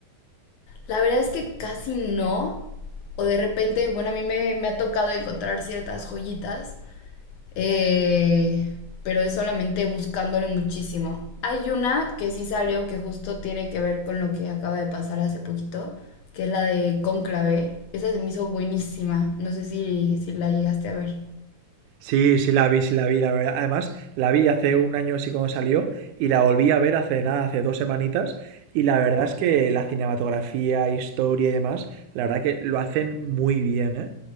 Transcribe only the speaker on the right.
Sí, sí la vi, sí la vi, la verdad. Además, la vi hace un año así cuando salió y la volví a ver hace nada, hace dos semanitas. Y la verdad es que la cinematografía, historia y demás, la verdad que lo hacen muy bien, ¿eh?